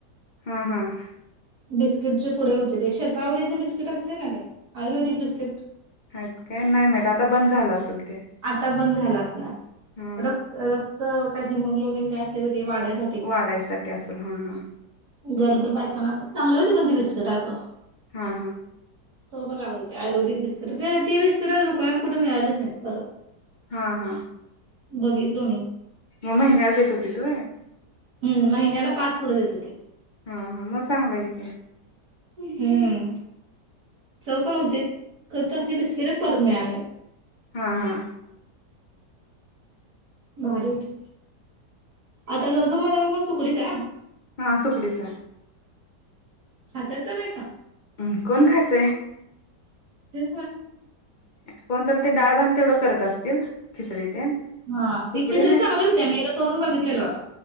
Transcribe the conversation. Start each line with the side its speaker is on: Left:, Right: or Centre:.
Left: हम् हम्
Right: बिस्किटचे पुढे होते ते शेतावरीचे बिस्किट असते ना ते आयुर्वेदिक बिस्किट
Left: आहेत काय नाही माहित आता बंद झालं असेल ते
Right: आता बंद झाला असणार
Left: हा
Right: रक्त रक् काही मग लोबिन काय असते वाढायसाठी
Left: वाढायसाठी असेल हा हा
Right: घर तर बायकांना चांगले हो बंद बिस्केट आगो
Left: हा
Right: चो पण लागत होते आयुर्वेदिक वि ती बिस्कट दुकानात कुठ मिळालीच नाही परत
Left: हा हा
Right: बघितलो मी
Left: मग महिन्याला देत होती तू
Right: हम्म महिन्याला पाच पुढे देत होते
Left: हा हा मग चांगलं आहेक
Right: हम्म च पण होते ख ते बिस्किटच परत मिळाले नाही
Left: हा हा
Right: भारी होती आता गर्द महिनन पण सुकडीच आहे
Left: हा आ अस पुडीच आहे
Right: खातात ना बा का
Left: ् कोण खात
Right: ते
Left: कोणत ते डाळ भात तेवढं करत असतील खिचडी तेन
Right: हा
Left: सुकडी
Right: ते खिचडी
Left: नाहीत
Right: चांगली होत्या मी एकदा ते करून बगतलो होतो